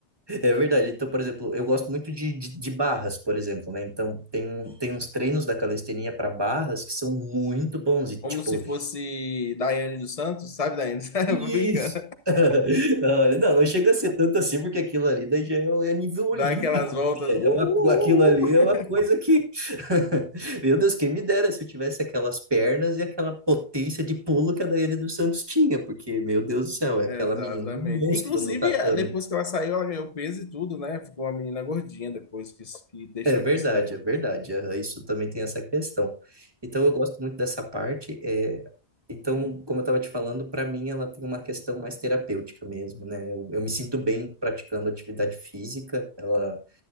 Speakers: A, on the right; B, on the left.
A: é verdade. Então, por exemplo, eu gosto muito de, de, de barras, por exemplo, né? Então, tem, um- tem uns treinos da calistenia para barras que são muito bons. E,
B: Como
A: tipo,
B: se fosse Daiane dos Santos, sabe, Daiane? <laughs>
A: Isso.
B: Eu Tô brincando.
A: <laughs> Olha, Não, não chega a ser tanto assim, porque aquilo ali daí já é, um- é nível olímpico.
B: Dá aquelas voltas.
A: né?
B: uh, uh,
A: É uma, aquilo ali
B: uh, uh.
A: é uma coisa que. <laughs> Meu Deus, quem me dera se eu tivesse aquelas pernas e aquela potência de pulo que a Daiane dos Santos tinha, porque, meu Deus do céu, é aquela
B: Exatamente.
A: menina é um monstro
B: Inclusive,
A: no tatame.
B: eh, depois que ela saiu, ela ganhou peso e tudo, né? Ficou uma menina gordinha depois que, que deixou
A: É verdade,
B: de ser.
A: é verdade. aham, Isso também tem essa questão. Então, eu gosto muito dessa parte. É... Então, como eu estava te falando, para mim ela tem uma questão mais terapêutica mesmo, né? Eu, eu me sinto bem praticando atividade física. Ela